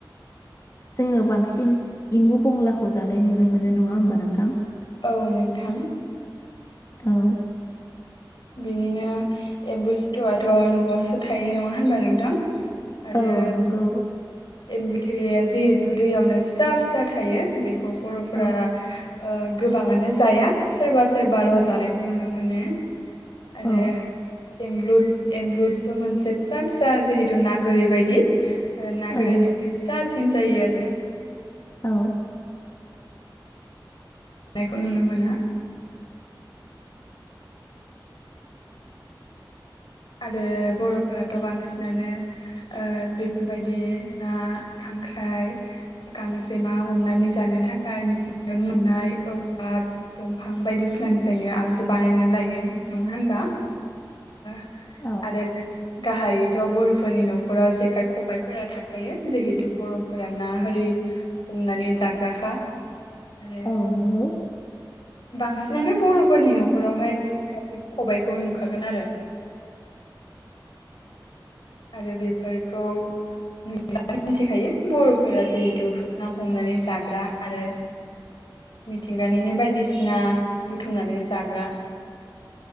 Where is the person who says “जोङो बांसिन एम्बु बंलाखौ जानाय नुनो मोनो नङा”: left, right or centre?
Left